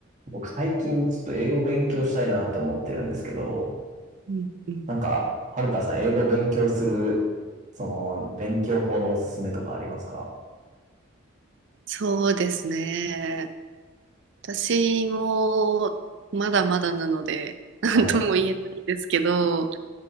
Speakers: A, on the right (about 35°); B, on the right (about 60°).
A: 僕最近ちょっと英語勉強したいなって思ってるんですけど、
B: うんうん
A: なんか、はるかさん英語勉強する、その、勉強法のおすすめとかありますか
B: そうですね。私もまだまだなので、<laughs> なんとも言えないですけど、
A: はい。